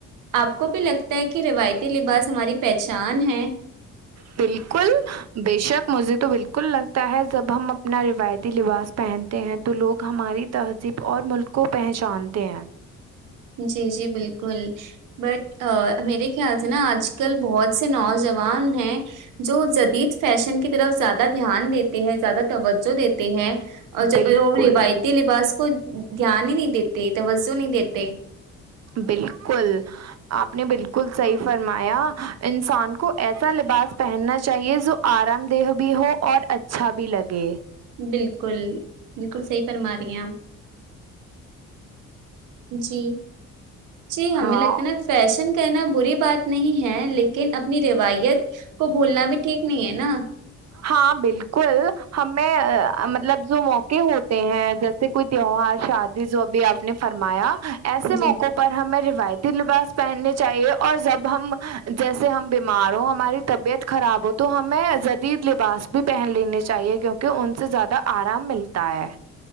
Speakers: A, on the right; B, on the right.
A: آپ کو بھی لگتا ہے کہ روایتی لباس ہماری پہچان ہے
B: بالکل بے شک مجھے تو بالکل لگتا ہے جب ہم اپنا روایتتی لباس پہنتے ہیں تو لوگ ہماری تہذیب اور ملک کو پہچانتے ہیں
A: جی جی بالکل بٹ میرے خیال سے نا آج کل بہت سے نوجوان ہیں جو جدید فیشن کی طرف زیادہ دھیان دیتے ہیں زیادہ توجہ دیتے ہیں اور
B: بالکل
A: وہ روایتی لباس کو دھیان ہی نہیں دیتے توجہ نہیں دیتے
B: بالکل آپ نے بالکل صحیح فرمایا انسان کو ایسا لباس پہننا چاہیے جو آرام دہ بھی ہو اور اچھا بھی لگے
A: بالکل بالکل صحی فرما رہی ہیں آپ جی جی ہمیں
B: ہاں
A: لگتا ہے نا فیشن کہنا بری بات نہیں ہے لیکن اپنی روایت کو بھولنا بھی ٹھیک نہیں ہے نا
B: ہاں بالکل ہمیں مطلب جو موقع ہوتے ہیں جیسے سے کوئی تیوار شادی جو ابھی آپ نے فرمایا ایسے موقعوں
A: جی
B: پر پر ہمیں روایتی لباس پہننے چاہیے اور جب ہم جیسے ہم بیمار ہ ہماری طبیعت خراب ہو تو ہمیں دید لباس بھی پہن لینی چاہیے کیونکہ ان سے زیادہ آرام ملتا ہے